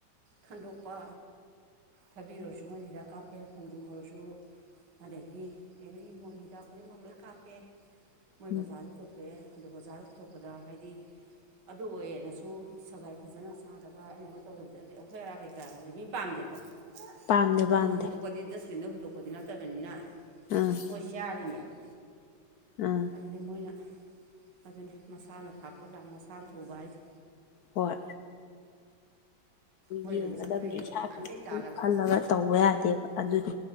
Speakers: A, on the right; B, on the left.
A: ꯈꯟꯗꯣꯛꯄ ꯊꯥꯕꯤ ꯑꯣꯏꯔꯁꯨ ꯃꯣꯏꯅ ꯍꯤꯗꯥꯛ ꯀꯥꯞꯄꯦ ꯈꯣꯡꯖꯨꯝ ꯑꯣꯏꯔꯁꯨ ꯑꯗꯒꯤ ꯑꯦꯅꯤ ꯃꯣꯏ ꯍꯤꯗꯥꯛ ꯈꯨꯗꯤꯡꯃꯛ ꯂꯣꯏ ꯀꯥꯞꯄꯦ ꯃꯣꯏ
B: ꯎꯝ
A: ꯕꯖꯥꯔꯗ ꯄꯨꯊꯣꯛꯑꯦ ꯑꯗꯨ ꯕꯖꯥꯔꯗ ꯄꯨꯊꯣꯛꯄꯗ ꯍꯥꯏꯗꯤ ꯑꯗꯨ ꯑꯣꯏꯌꯦꯅꯁꯨ ꯁꯒꯥꯏ ꯐꯖꯅ ꯁꯥꯗꯕ ꯑꯃꯒ ꯇꯧꯗꯕꯁꯨ ꯅꯠꯇꯦ ꯑꯩꯈꯣꯏ <unintelligible> <unintelligible> ꯃꯤ ꯄꯥꯝꯗꯦꯗꯅ
B: ꯄꯥꯝꯗꯦ
A: ꯑꯗꯨ
B: ꯄꯥꯝꯗꯦ
A: ꯃꯣꯏ ꯍꯨꯟꯗꯣꯛꯄꯗꯤ ꯗꯁꯕꯤꯟꯗ ꯍꯨꯟꯗꯣꯛꯄꯗꯤ ꯅꯠꯇꯕꯅꯤꯅ
B: ꯎꯝ
A: ꯃꯣꯏ ꯆꯥꯔꯤꯅꯦꯕ
B: ꯎꯝ
A: ꯑꯗꯨꯗꯤ ꯃꯣꯏꯅ ꯑꯗꯨꯅꯤ ꯃꯁꯥꯅ ꯊꯥꯛꯄ ꯂꯥꯡ ꯃꯁꯥꯅ ꯊꯨꯕ ꯍꯥꯏꯗ
B: ꯍꯣꯏ
A: ꯃꯣꯏꯁꯨ
B: ꯌꯦꯡꯒꯗꯕꯅꯤ
A: ꯑꯗꯨꯝ ꯆꯠꯇꯣꯏꯅꯦꯕ
B: ꯏꯁꯥꯒꯤ ꯈꯇꯪ
A: ꯅꯍꯥꯟꯈꯩ ꯇꯥꯜꯂꯒ
B: ꯈꯜꯂꯒ ꯇꯧꯕ ꯌꯥꯗꯦꯕ ꯑꯗꯨꯗꯤ